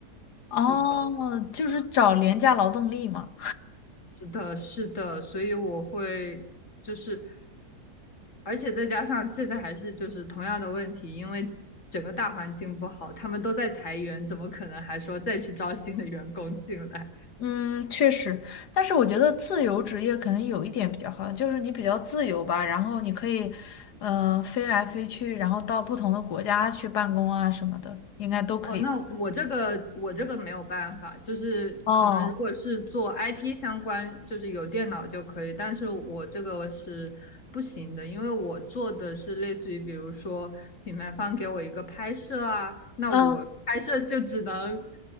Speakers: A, on the left; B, on the left.
A: 哦，
B: 就搞得。
A: 就是找廉价劳动力嘛。
B: 是的，是的，所以我会就是，而且再加上现在还是就是同样的问题，因为整个大环境不好，他们都在裁员，怎么可能还说再去招新的员工进来？
A: 嗯，确实，但是我觉得自由职业可能有一点比较好，就是你比较自由吧，然后你可以，嗯、飞来飞去，然后到不同的国家去办公啊什么的，应该都可以。
B: 哦，那我这个我这个没有办法，就是可能如果是做
A: 哦，
B: IT 相关，就是有电脑就可以，但是我这个是不行的，因为我做的是类似于，比如说品牌方给我一个拍摄啊，那我拍摄就只能
A: 嗯，